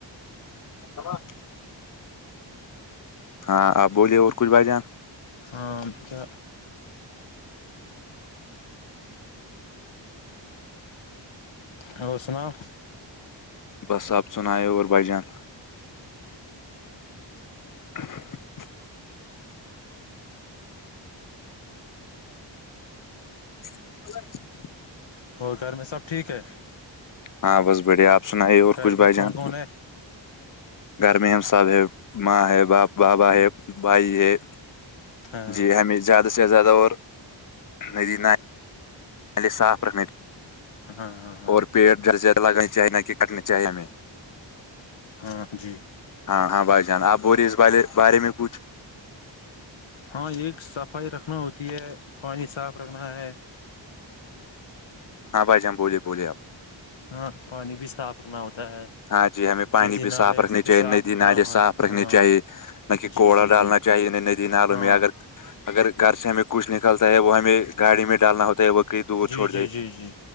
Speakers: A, on the left (about 45°); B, on the left (about 75°).
A: ہ <unintelligible> <inaudible> ہاں آپ بولیے اور کچھ بھائی جان
B: ہاں جو اور سناؤ
A: بس آب سن آے اور بجان <unintelligible> <inaudible> ا <unintelligible> <inaudible>
B: اور گھر میں سب ٹھیک ہے
A: ہاں بس بڑھیا آپ سنائیے اور
B: گھر
A: کچھ بھائی
B: میں کون
A: جان
B: کون ہے
A: گھر میں ہم سب ہے ماں ہے باپ بابا ہے
B: ہاں
A: بھائی ہے
B: ہاں
A: جی ہممی <unintelligible> زیادہ سے زیادہ اور ندی نے صاف رکھنے
B: ہاں ہاں
A: اور پیڑ جیسے لگ چاہے نہ کہ کٹنے چاہیے ہمیں
B: ہاں جی
A: ہاں ہاں بھائی جان آپ ب رہے اس بے بارے میں کچھ
B: ہاں ایک صفائی رکھنا ہوتی ہے پانی صاف رکھنا ہے
A: ہاں بھائی جان بولے بوللیےپ
B: ہاں پانی بھی صاف رکھنا ہوتا ہے
A: ہاں جی ہمیں پانی
B: ندی
A: بھی
B: نالے
A: صاف رکھنی
B: سے بھی
A: چاہیے
B: صاف
A: ندی
B: رکھنا
A: نالے
B: ہوا
A: صاف رکھنے
B: ہاں
A: چاہیے نہ کہ
B: جی
A: کوڑا
B: جی
A: ڈالنا
B: جی
A: چاہیےیں ندی نالوں
B: ہاں
A: میں اگر اگر گھر سے ہمیں کچھ نکلتا ہے وہ ہمیں گاڑی میں ڈالنا ہوتا ہے وہ کہ دور
B: جی
A: چھوڑ
B: جی
A: دے
B: جی جی